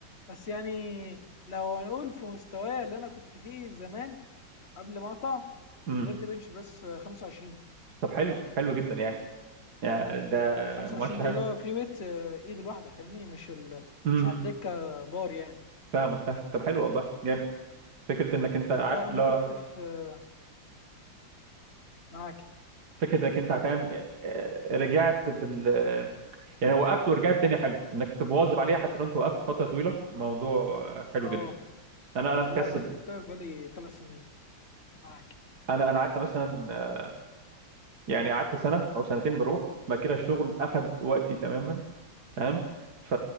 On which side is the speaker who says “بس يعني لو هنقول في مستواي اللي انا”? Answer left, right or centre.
Left